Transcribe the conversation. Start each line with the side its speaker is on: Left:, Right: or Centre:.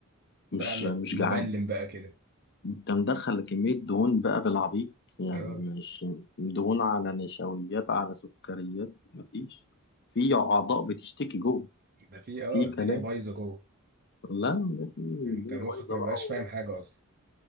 Left: مش
Right: طلع م-
Left: مش
Right: مبلم
Left: جعان
Right: بقى كده
Left: انت مدخل كمية دهون بقى بالعبيط يعني
Right: اه
Left: مش دهون على نشويات على سكريات مفيش في أعضاء بتشتكي جوه
Right: ده في اه
Left: في
Right: الدنيا
Left: كلام
Right: بايظه جوه
Left: لا ده في الدنيا
Right: انت مخك
Left: بايظة
Right: ما بيبقاش
Left: بقى و...
Right: فاهم حاجه اصلا